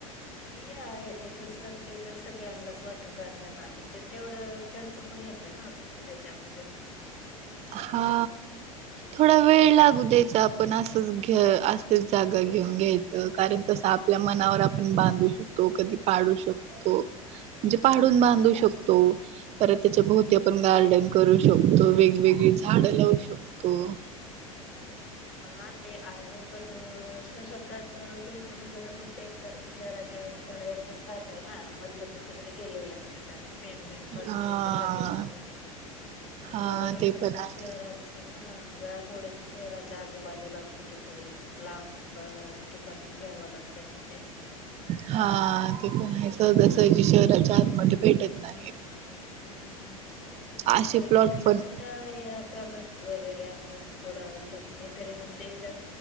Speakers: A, on the left (about 45°); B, on the right (about 35°).
A: ते आहे ते तस ते तर सगळ्यांनाच वाटून राहतय नाण ते तेवढं खर्च पण येतोय ना तसं त्याच्यामध्ये
B: हा थोडा वेळ लागू द्यायचा आपण असंच घे असं जागा घेऊन घ्यायचं कारण तसं आपल्या मनावर आपण बांधू शकतो कधी पाडू शकतो म्हणजे पाडून बांधू शकतो परत त्याच्या भोवती आपण गार्डन करू शकतो तो वेगवेगळी झाडं लावू शकतो <inaudible>
A: हा ते आहे पण स्वतःच घ्यायचं म्हणलं तर मग ते तर शहराच्या बाहेरचच राहतय ना मधले तर सगळे गेलेलेच राहतात मेन मेन पॉईंटचे
B: हा.
A: तर लगेज हे
B: हा
A: <inaudible> तेवढ गे
B: ते
A: पण मग
B: आहे
A: शहराच हा ज थोडस शहरा च्या आजूबाजूला कुठेतरी लांबबर ठिकाणीच घ्यावं लागत मग ते
B: हा ते पण आहे सहजासहजी शहराच्या आतमध्ये भेटत नाहीत
A: हम् का
B: असे
A: जरी
B: प्लॉट
A: भेटलं
B: पण
A: कुठं हे आ अचानक वगैरे असं थोडं लखमी तरी पण तेज अस